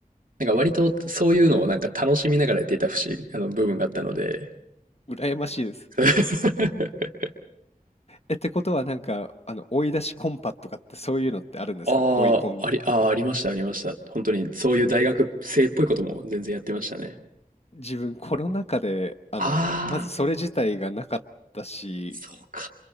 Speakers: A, on the right (about 65°); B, on the left (about 45°).
A: なんか割とそういうのをなんか楽しみながらやっていた節、あの部分があったので、
B: 羨ましいです
A: <laughs>
B: え、ってことはなんか、あの、追い出しコンパとかってそういうのってあるんですか追いコン
A: ああ、あり、ああ、ありました、ありました。本当に、そういう大学生っぽいことも全然やってましたね。
B: 自分コロナ禍で、あの、
A: ああ、
B: まずそれ自体がなかったし、
A: そうか。